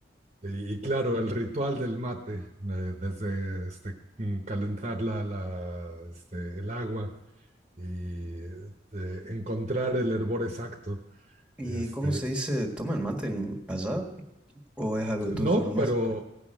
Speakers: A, on the right (about 35°); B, in the centre.
A: y, y claro, el ritual del mate, eh, desde este, mm, calentar la, la, este, el agua y eh, encontrar el hervor exacto.
B: ¿Y
A: Este,
B: cómo se dice? ¿Toma el mate en- allá? O es algo tuyo
A: no,
B: nomás.
A: pero